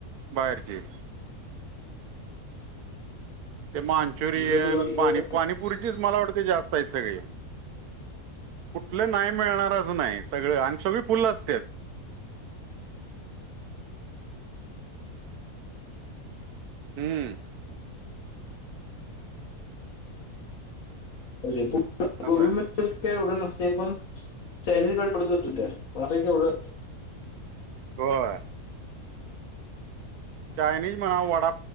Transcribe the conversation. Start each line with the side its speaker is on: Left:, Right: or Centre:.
Right: बाहेरची. ते मान्चुरियन
Left: इथनं सुरुवात केली
Right: पाणी पाणीपुरीचीच मला वाटतयं जास्त आहेत सगळी कुठलं नाही मिळणार असं नाही सगळं आणि सगळी फुलं आसत्यात. हु....
Left: <unintelligible>
Right: असं
Left: गोबी
Right: आहे
Left: मन रीत काय एवढं नसतंय, पण चायनीज गडे <unintelligible> <unintelligible>
Right: होय... चायनीज म्हणा वडा